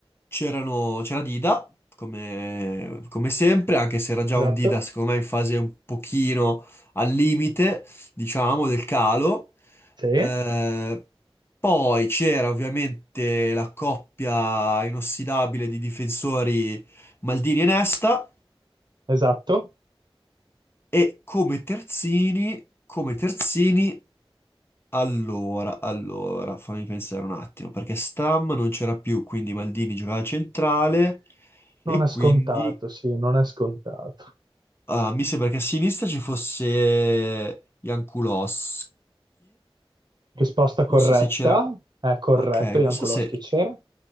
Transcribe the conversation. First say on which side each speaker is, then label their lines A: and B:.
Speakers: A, on the left; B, on the right.
A: C'erano- c'era Dida, come, come sempre, anche se era già
B: Esatto?
A: un Dida, secondo me, in fase un pochino al limite, diciamo, del calo.
B: Sì,
A: Eh, poi c'era ovviamente la coppia inossidabile di difensori Maldini e Nesta.
B: esatto.
A: E come terzini, come terzini. Allora, allora, fammi pensare un attimo, perché Stam non c'era più, quindi Maldini giocava a centrale e
B: Non è
A: quindi
B: scontato, sì, non è scontato.
A: ah, mi sembra che a sinistra ci fosse Jankulovski,
B: Risposta corretta,
A: non so se c'era,
B: è corretto,
A: ok,
B: Jankowski
A: non so se
B: c'era.